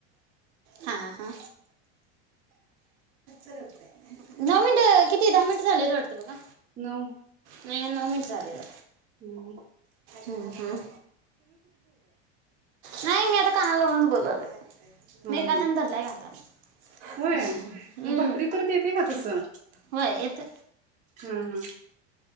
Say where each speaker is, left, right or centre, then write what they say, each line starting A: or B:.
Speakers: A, on the right; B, on the right.
A: हा हा दहा मिनिटं किती दहा मिनिटे झालेत वाटतं बघा.
B: नऊ
A: नाय ना मी चालेल
B: हम्म
A: हम्म, हम्म. नाही मी आता कानाला लावूनच बोलायलोय.
B: हा
A: मी एका हाताण
B: हा
A: धरलय या आता
B: होय
A: हम्म,
B: मग भाकरी करत येते का तसं
A: होय येतय.
B: हा हा